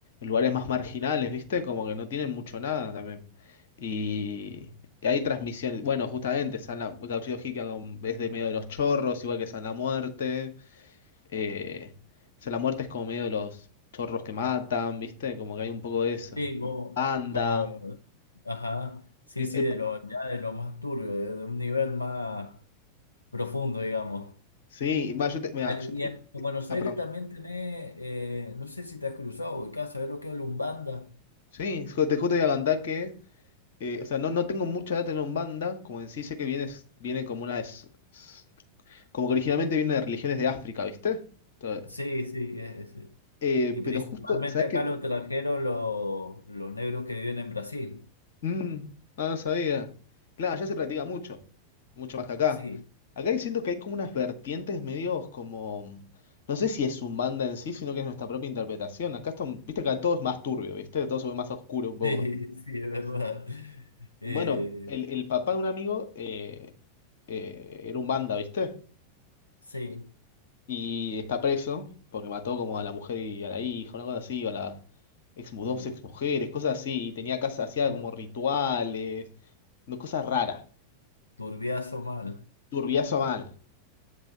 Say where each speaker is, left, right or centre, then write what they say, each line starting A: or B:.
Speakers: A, on the left; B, on the left.
A: lugares más marginales, ¿viste? Como que no tienen mucho nada también. Y, y hay transmisiones, bueno, justamente, San La, Gauchito Hickey como- es de medio de los chorros, igual que San La Muerte. Eh, San La Muerte es como medio de los chorros que matan, ¿viste? Como que hay un poco de eso.
B: sí, como,
A: Anda.
B: como- ajá, sí,
A: El-
B: sí,
A: el-
B: de lo, ya de lo más turbio, de de un nivel más profundo, digamos.
A: sí, va, yo te, mira,
B: Al-
A: yo te-
B: Y en, en Buenos
A: ah,
B: Aires
A: perdón.
B: también tenés, eh, no sé si te has cruzado, ubicás, ¿sabés lo que es Lumbanda?
A: Sí, ju- te justo iba a cantar que... Eh, o sea, no, no tengo mucha data en Umbanda, como en sí sé que viene, s- viene como una... s- s- Como que originalmente viene de religiones de África, ¿viste? Todo.
B: Sí, sí, es, sí.
A: Eh,
B: Y principalmente
A: pero justo, ¿sabes
B: acá
A: qué?
B: los trajeron los, los negros que viven en Brasil.
A: Mm, ah, no sabía. Claro, allá se practica mucho, mucho más que acá.
B: Sí,
A: Acá hay- siento que hay como unas vertientes medios como... No sé si es Umbanda en sí, sino que es nuestra propia interpretación. Acá esto, viste que acá todo es más turbio, ¿viste? Todo se ve más oscuro un poco.
B: sí, <laughs> sí, es verdad. Eh,
A: Bueno, el, el papá de un amigo eh, eh, era Umbanda, ¿viste?
B: sí,
A: Y está preso porque mató como a la mujer y a la hija, una cosa así, o a las ex mu- dos
B: Uh,
A: ex mujeres, cosas así. Y tenía casa, hacía
B: tur-
A: como rituales, no, cosas raras,
B: turbiazo mal.
A: turbiazo mal.